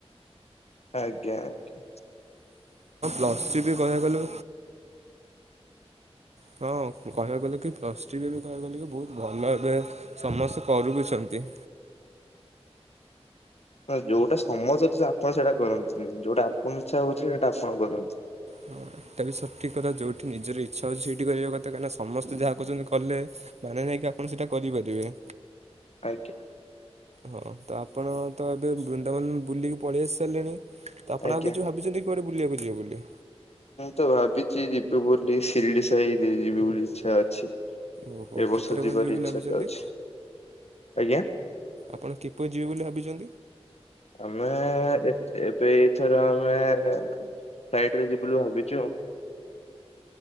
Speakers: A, on the left (about 75°); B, on the right (about 80°).
A: ଆଜ୍ଞା ଆଜ୍ଞା।
B: ଲସି ବି କହିବା କୁ ଗଲେ ହଁ କହିବାକୁ ଗଲେ କି ପ୍ଲସ ଟ୍ରି ବି କହିବା କଲେ କି ବହୁତ ଭଲ ଏବେ ସମସ୍ତେ କରୁବିଛନ୍ତି। ଏ
A: ଏ ଯୋଉଟା ସମସ୍ତେ ଅଛନ୍ତି ଆପଣ ସେଇଟା କରନ୍ତିୁ ଯୋଉଟା ଆପଣଙ୍କ ଇଛା ହଉଛି ସେଇଟା ଆପଣ କରନ୍ତୁ।
B: ହଁ ଏଟା ବି ସଠିକ କଥା ଯୋଉଠି ନିଜର ଇଛା ହଉଛି ସେଇଠି କରିବା କଥା କାହିଁ ସମସ୍ତେ ଯାହା କହୁଚନ୍ତି କଲେ ମାନେ ନାହିଁ କି ଆପଣ ସେଇଟା କରିପାରିବେ।
A: ଆଜ୍ଞା।
B: ହଁ ତ ଆପଣ ତ ଏବେ ବୃନ୍ଦାବନ ବୁଲିକି ପଳେଇ ଆସି ସାରିଲେଣି। ତ ଆପଣ
A: ଆଜ୍ଞା
B: ଆଉ କିଛି ଭାବିଛନ୍ତି କୁଆଡେ ବୁଲିବାକୁ ଯିବେ ବୋଲି
A: ମୁଁ ତ ଭାବିଛି ଯିବି ବୋଲି ସିରିଡି ସାଇ ଯିବି ବୋଲି ଇଛା ଅଛି।
B: ଓହୋ
A: ଏ ବର୍ଷ
B: କିପରି
A: ଯିବାର
B: ଭଳି ଯିବେ ବୋଲି
A: ଇଚ୍ଛା
B: ଭାବିଛନ୍ତି?
A: ତ ଅଛି ଆଜ୍ଞା
B: ଆପଣ କିପରି ଯିବେ ବୋଲି ଭାବିଛ
A: ଆମେ ଏ ଏବେ ଏଇଥର ଆମେ ଫ୍ଲାଇଟରେ ଯିବୁ ବୋଲି ଭାବିଚୁ।